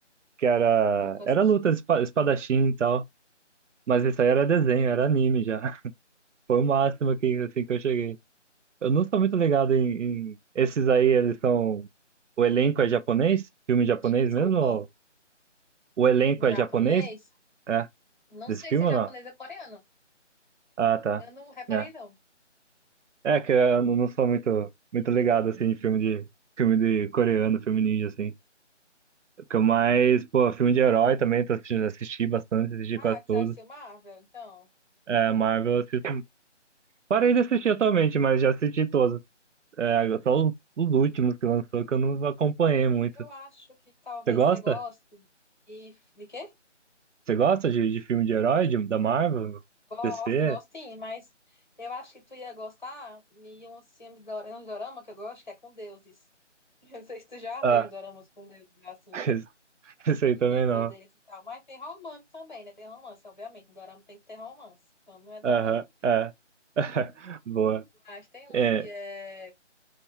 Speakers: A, on the right (about 75°); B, on the left (about 40°).
A: Que era,
B: Nunca assisti.
A: era luta de espa- espadachim e tal. Mas isso aí era desenho, era anime já. <laughs> Foi o máximo que, assim, que eu cheguei. Eu não sou muito ligado em, em- Esses aí, eles são. O elenco é japonês? Filme japonês
B: Desculpa,
A: mesmo? Ou... O elenco
B: japonês?
A: é japonês? É,
B: Não
A: desse
B: sei
A: filme
B: se é
A: ou
B: japonês
A: não?
B: ou coreano.
A: Ah, tá.
B: Eu não reparei,
A: É,
B: não.
A: é que eu não não sou muito, muito ligado, assim, em filme de. Filme de coreano, filme ninja, assim. Que eu mais, pô, filme de herói também, tô assistindo, assisti bastante, assisti
B: Ah,
A: quase todos.
B: que você assistiu Marvel? Então,
A: É, Marvel, eu assisto. Parei de assistir atualmente, mas já assisti todos. É, só os, os últimos que lançou que eu não acompanhei muito.
B: eu acho que talvez
A: Você gosta?
B: você goste de... De quê?
A: Você gosta de, de filme de herói, de, da Marvel,
B: Gosto,
A: DC?
B: gosto sim, mas eu acho que tu ia gostar de uns filmes de dora- um dorama que eu gosto, que é com deuses. <laughs> Eu não sei se tu já
A: Ah,
B: viu os doramas com deuses, assim,
A: <laughs> esse aí
B: e
A: também
B: tem poderes
A: não.
B: e tal, mas tem romance também, né? Tem romance, obviamente. Dorama tem que ter romance, então não é dorama.
A: Aham, é. <laughs> Boa.
B: Mas tem uns
A: É,
B: que é.